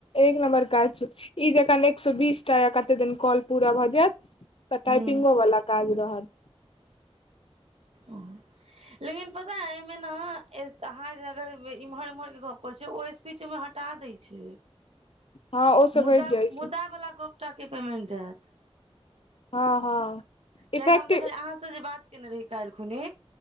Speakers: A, on the left; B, on the right.
A: एक नम्बर कार छै ई जकन एक सए बीस टा या कते दिन कॉल पूरा भए जायत त
B: ह
A: टाइपिंगो वला काज रहत
B: ओ लेकिन पता अय एइमे ना अहाँ जे अगर इम्हर उम्हर के गप करै छिय ओहि हटा दै छै
A: हँ ओ सब
B: मुदा
A: हटि जाइ छै
B: मुदा वला गप टाके पेमेंट एत
A: हँ हँ इफेक्टिव
B: किएकि हम देखलियै अहाँसँ जे बात कयने रही काल्हिखुनी